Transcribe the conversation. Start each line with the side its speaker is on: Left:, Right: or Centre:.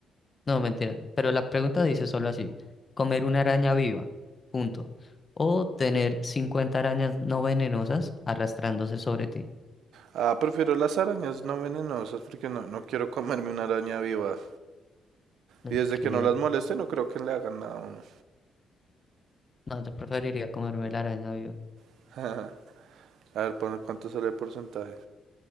Left: no, mentira. Pero la pregunta dice solo así. ¿Comer una araña viva? Punto. O tener 50 arañas no venenosas arrastrándose sobre ti.
Right: Ah, prefiero las arañas no venenosas porque no, no quiero comerme una araña viva.
Left: Ok.
Right: Y desde que no las moleste no creo que le hagan nada a uno.
Left: No, yo preferiría comerme la araña viva.
Right: <laughs> A ver, ¿cuánto sale el porcentaje?